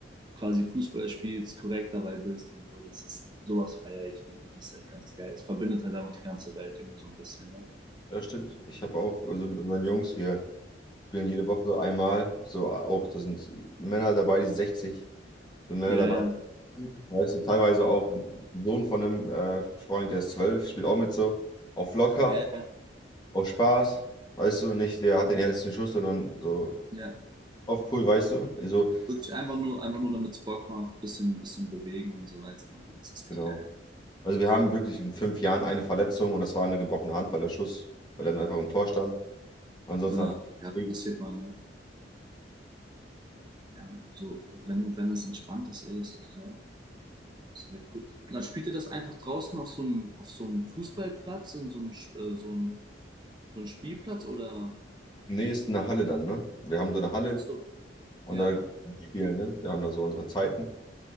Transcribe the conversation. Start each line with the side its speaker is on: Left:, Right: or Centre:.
Right: quasi Fußball spielst, korrekt dabei bist und so. Das ist, sowas feiere ich immer. Das ist echt ganz geil. Es verbindet halt einfach die ganze Welt irgendwie so ein bisschen, ne?
Left: ja, stimmt. Ich habe auch, also mit unseren Jungs, wir spielen jede Woche einmal, so auch, da sind Männer dabei, die sind 60, sind Männer
Right: Ja,
Left: dabei,
Right: ja,
Left: weißt du, teilweise auch ein Sohn von einem äh, Freund, der ist 12, spielt auch mit so, auf locker,
Right: ja, ja.
Left: auf Spaß, weißt du, nicht, wer hat den härtesten Schuss, sondern so
Right: Ja.
Left: auf cool, weißt du, so,
Right: Wirklich einfach nur, einfach nur, damit es Bock macht, bisschen, bisschen bewegen und so weiter. Und dann ist das
Left: genau.
Right: echt geil.
Left: Also wir haben wirklich in fünf Jahren eine Verletzung und das war eine gebrochene Hand, weil der Schuss, weil er einfach im Tor stand. Ansonsten
Right: Ja,
Left: haben
Right: ja.
Left: wir
Right: passiert mal, ne? Ja, so, wenn, wenn das entspannt ist, ey, ist doch toll. Ist doch echt cool. Und dann spielt ihr das einfach draußen auf so einem, auf so einem Fußballplatz, in so einem, Sch- äh, so einem, so einem Spielplatz oder?
Left: nee, ist eine Halle dann, ne? Wir haben so eine Halle
Right: Ach so,
Left: und
Right: ja.
Left: da spielen, ne? Wir haben da so unsere Zeiten.